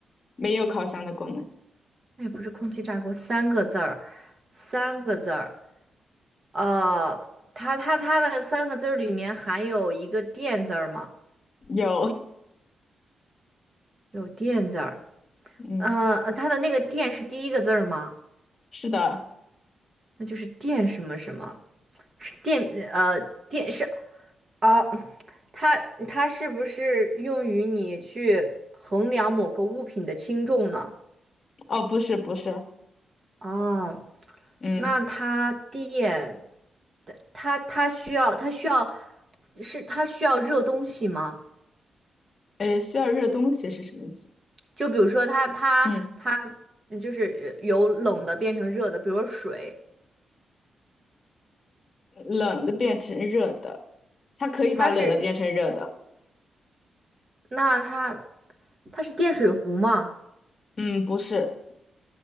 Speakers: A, on the left (about 30°); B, on the right (about 25°).
A: 没有烤箱的功能，
B: 那也不是空气炸锅，三个字儿，三个字儿。呃，它它它的三个字儿里面含有一个电字儿吗？
A: 有，
B: 有电字儿。
A: 嗯，
B: 呃，呃它的那个电是第一个字儿吗？
A: 是的，
B: 那就是电什么什么，是电呃电是哦，它它是不是用于你去衡量某个物品的轻重呢？
A: 哦，不是，不是，
B: 哦，
A: 嗯，
B: 那它电，它它需要它需要是它需要热东西吗？
A: 呃，需要热东西是什么意思？
B: 就比如说它它它
A: 嗯。
B: 就是呃由冷的变成热的，比如说水，
A: 冷的变成热的，它可以把冷的变成热的。
B: 它是那它它是电水壶吗？
A: 嗯，不是，